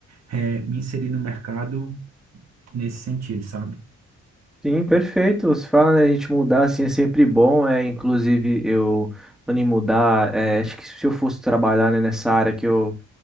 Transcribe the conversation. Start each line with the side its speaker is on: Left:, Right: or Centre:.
Right: eh, me inserir no mercado nesse sentido, sabe?
Centre: Sim, perfeito. Você fala, né? A gente mudar assim é sempre bom. É, inclusive, eu, antes de mudar, é, acho que se eu fosse trabalhar, né, nessa área que eu